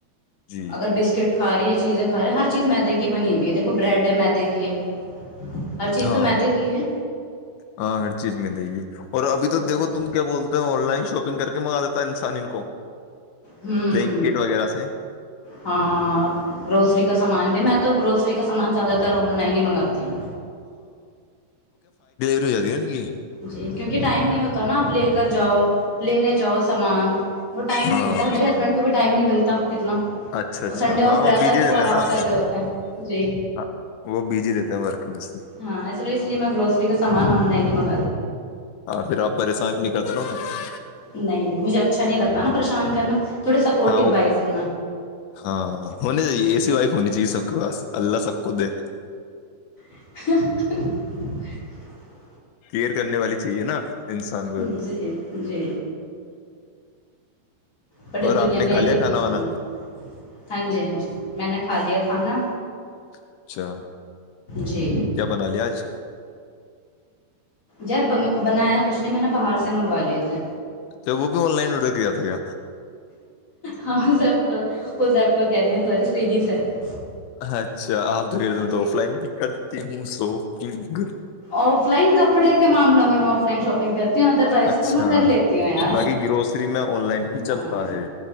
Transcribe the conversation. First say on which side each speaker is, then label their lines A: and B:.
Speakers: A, on the left; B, on the left.
A: جی
B: اگر بسکٹ کھا رہی ہے چیزیں خاارے ہر چیز مد کی بنی ہوئی ہے دیکھو برڈ ہے میدی کی ہے ہر چیز
A: ہاں
B: تو میدے کی ہے
A: ہاں ہر چیز م ج ہے اور ابھی تو
B: جی
A: دھو تم کیا بولتے ہو آن لائن شاپنگ کر کے منگا دیتا انسان ان کو
B: ہوں
A: بلینکٹ وغیرہ سے
B: ہاں گروسری کا سامان د میں تو گروسری کا سامان زیادہ تر آن لائن ہی منگاتی ہوں
A: جیای ہیں ن گی
B: جی کیونکہ ٹائم نہیں ہوتا نا اب لے کر جاؤ لینے جاؤ سامان وہ ٹائم نہیں
A: ہاں
B: ہوتا میرے ہسبینڈ کو بھی ٹائم نہیں ملتا اتنا
A: اچھا اچھا
B: سنڈے آف
A: ہاں
B: رہتا
A: بزی
B: ہے تو وہ
A: رہتے
B: آرام
A: ہیں نا
B: کر رہے ہوتے ہیں جی
A: ہاں وہ بزی رہتے ہیں ورک میں سے
B: ہاں اس لیے میں گروسری کا سامان آن لائن ہی مگ
A: ہاں پھر آپ پریشان بھی نک <inaudible>
B: نہیں نہیں مجھے اچھا نہیں لگتا نا پریشان کرنا تھوڑی سپورٹو
A: ہاں وہ
B: وائف ہوں
A: ہاں ہونی چاہیے اے سی وائ ہونی چیز سب کے پاس اللہ سب کو دے
B: <inaudible>
A: کیئر کرنے والی چاہیے نا انسان کو
B: جی جی ب اس
A: اور
B: دنیا
A: آپ نے
B: میںے
A: کھا لیا
B: کے پیسوںوں
A: کھانا وانا
B: ہاں جی ہاں جی میں نے کھا لیا کھانا
A: اچھا
B: جی
A: کیا بنا لیا آج
B: یار بنایا کچھ نہیں میں نے باہر سے منگوا لیے تھے
A: اچھا وہ بھی آن لائن آرڈر کیا تھا کیا
B: ہاں زپٹاپ وہ زپٹاپ کہہ رہی ہوں س سوگی سے ہے
A: اچھا آپ
B: جی
A: تو آف لائن ک کرتی سوپ گ
B: آف لائن کپڑے کے معامل میں آف لائن شاپنگ کرتی ہوں ادر وائز
A: اچھا
B: تو میں کر لیتی ہوں یار
A: باقی گروسری میں آن لائن ہی چلتا
B: ہاں
A: ہے